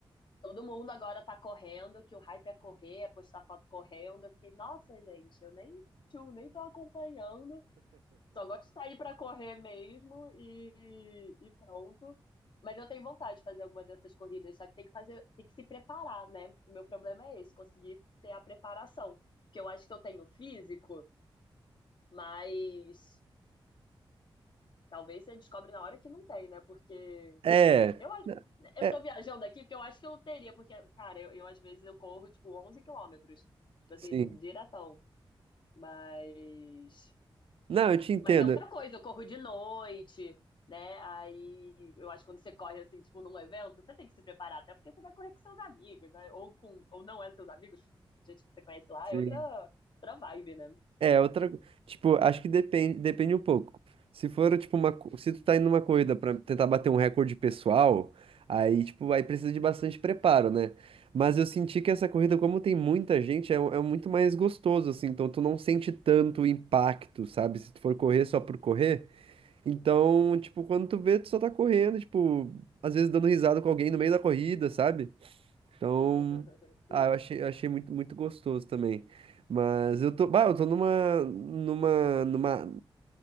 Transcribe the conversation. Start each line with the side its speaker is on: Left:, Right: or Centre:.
Left: todo mundo agora tá correndo, que o hype é correr, é postar foto correndo. Eu fiquei, nossa, gente, eu nem, tchum, nem tô acompanhando. Só gosto de sair pra correr mesmo e, e pronto. Mas eu tenho vontade de fazer alguma dessas corridas, só que tem que fazer, tem que se preparar, né? O meu problema é esse, conseguir ter a preparação. Porque eu acho que eu tenho físico, mas talvez você descobre na hora que não tem, né? Porque
Right: É,
Left: eu acho, eu
Right: é,
Left: tô viajando aqui porque eu acho que eu teria, porque, cara, eu, eu às vezes eu corro tipo 11 quilômetros, tipo assim,
Right: sim.
Left: diretão. Mas
Right: Não, eu te entendo.
Left: Mas é outra coisa, eu corro de noite, né? Aí eu acho que quando você corre assim, tipo, num evento, você tem que se preparar, até porque você vai correr com seus amigos, né? Ou com, ou não é seus amigos, gente que você conhece lá,
Right: Sim.
Left: é outra, outra vibe, né?
Right: É, outra. Tipo, acho que depende, depende um pouco. Se for, tipo, uma. co- Se tu tá indo numa corrida pra tentar bater um recorde pessoal, aí, tipo, aí precisa de bastante preparo, né? Mas eu senti que essa
Left: Verdade.
Right: corrida, como tem muita gente, é, é um- é muito mais gostoso, assim. Então tu não sente tanto o impacto, sabe? Se tu for correr só por correr. Então, tipo, quando tu vê, tu só tá correndo, tipo, às vezes dando risada com alguém no meio da corrida, sabe? Então,
Left: <laughs> Sim.
Right: ah, eu achei, eu achei muito, muito gostoso também. Mas eu tô, bah, eu tô numa, numa, numa,